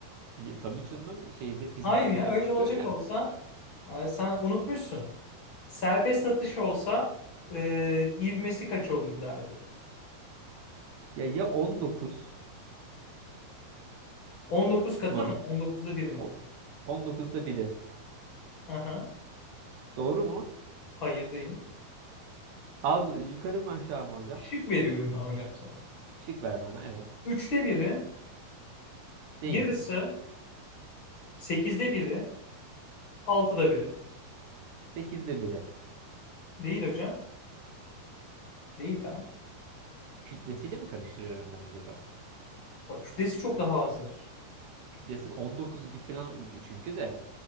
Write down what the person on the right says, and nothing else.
Ya, tabii canım şeyde fizikte
filan
çıkıyor
ya.
Ya ya 19
mı?
O, 19'da biri.
Doğru mu?
Az yukarı mı aşağı mı hocam?
Şık ver bana evet.
Değil.
8'de biri.
Kütlesiyle mi karıştırıyorum ben acaba?
Kütlesi 19 gibi falan çünkü de